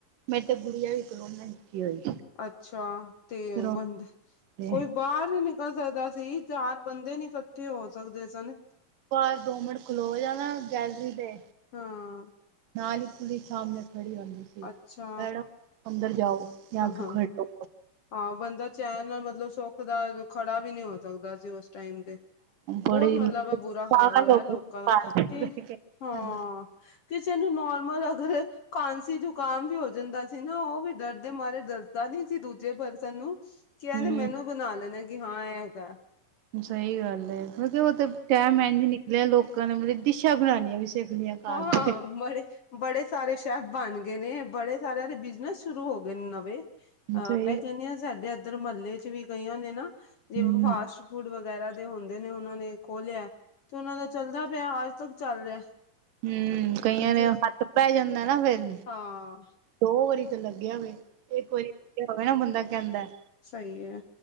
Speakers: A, on the right; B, on the left.
A: ਰੀ ਤਾਂ ਗੁੜੀਆਂ ਵੀ ਕਰੋਨਾ ਈ ਹੋਈ।
B: ਅੱਛਾ ਤੇ
A: ਕਰੋਨਾ
B: ਬੰਦੇ
A: ਤੇ
B: ਕੋਈ ਬਾਹਰ ਨੀ ਨਿਕਲ ਸਕਦਾ ਸੀ ਚਾਰ ਬੰਦੇ ਨੀ, ਜਲਦੀ ਹੋ ਸਕਦੇ। ਸਨ
A: ਪਰ ਦੋ ਮਿੰਟ ਖਲੋ ਜਾ ਨਾ ਗੈਲਰੀ ਤੇ
B: ਹਾਂ
A: ਨਾਲ ਈ ਪੁਲੀਸ। ਸਾਹਮਣੇ ਖੜੀ ਰਹਿੰਦੀ ਸੀ
B: ਅੱਛਾ
A: ਮੈਡਮ ਅੰਦਰ ਜਾਓ ਜਹਾਂ
B: ਹਾਂ
A: ਕਿਉਂ
B: ਹਾਂ
A: ਖੜ੍ਹੇ ਓ
B: ਹਾਂ, ਬੰਦਾ ਚੈਨ ਨਾਲ ਮਤਲਬ ਸੁੱਖ ਦਾ ਖੜਾ ਵੀ ਨਹੀਂ ਸਕਦਾ ਸੀ। ਉਸ ਟਾਈਮ ਤੇ
A: ਬੜੀ
B: ਬਹੁਤ ਮਤਲਬ ਐ
A: ਪਾਗਲ
B: ਬੁਰਾ ਹਾਲ ਹੋਇਆ
A: ਹੋ
B: ਲੋਕਾਂ
A: ਗਈ
B: ਦਾ ਕੀ
A: ਘਰ
B: ਹਾਂ,
A: ਹੈਲੋ।
B: ਕਿਸੇ ਨੂੰ ਨੋਰਮਲ ਅਗਰ ਕਾਂਸੀ ਜ਼ੁਕਾਮ ਵੀ ਹੋ ਜਾਂਦਾ ਸੀ ਨਾ ਉਹ ਵੀ ਡਰਦੇ ਮਾਰੇ ਦੱਸਦਾ ਨੀ ਸੀ ਦੂਜੇ ਪਰਸਨ ਨੂੰ ਕੀ
A: ਹੂੰ।
B: ਐਨੇ ਮੈਨੂੰ ਬਣਾ ਲੈਣਾ ਕਿ ਹਾਂ ਇਹ ਹੈਗਾ।
A: ਸਈ ਗੱਲ ਐ ਮਤਲਕ ਉਹ ਤੇ ਟਾਇਮ ਇੰਝ ਨਿਕਲਿਆ ਲੋਕਾਂ ਨੇ ਮਤਲਬ ਡਿਸ਼ਾਂ ਬਣਾਂਣੀਆਂ ਵੀ ਸਿੱਖ, ਲਈਆਂ ਘਰ
B: ਹਾਂ,
A: ਤੇ।
B: ਬੜੇ ਬੜੇ ਸਾਰੇ ਸੈਫ਼ ਬਣ ਗਏ ਨੇ ਬੜੇ ਸਾਰਿਆਂ ਦੇ ਬਿਜਨਸ ਸ਼ੁਰੂ ਹੋ ਗਏ। ਨਵੇਂ ਅਹ
A: ਸਹੀ
B: ਮੈਂ ਕਹਿਣੀ ਆ ਸਾਡੇ ਇੱਧਰ ਮਹੱਲੇ ਚ ਵੀ ਕਈਆਂ ਨੇ ਨਾ। ਜਿਵੇਂ
A: ਹੂੰ
B: ਫਾਸਟ ਫੂਡ ਵਗੈਰਾ ਦੇ ਹੁੰਦੇ ਨੇ ਉਹਨਾਂ ਨੇ ਖੋਲਿਆ ਤੇ ਉਹਨਾਂ ਦਾ ਚੱਲਦਾ ਪਿਆ ਅੱਜ ਤੱਕ ਚੱਲ ਰਿਹਾ।
A: ਹੂੰ, ਕਈਆਂ
B: ਹੁਣ ਤੇ
A: ਦੇ ਹੱਥ ਪੈ ਜਾਂਦਾ ਨਾ ਫੇਰ
B: ਹਾਂ
A: ਦੋ ਵਾਰੀ ਤੇ ਲੱਗਿਆ ਹੋਵੇ ਇੱਕ ਵਾਰੀ ਲੱਗਿਆ ਹੋਵੇ ਨਾ ਬੰਦਾ ਕਹਿੰਦਾ।
B: ਸਈ ਐ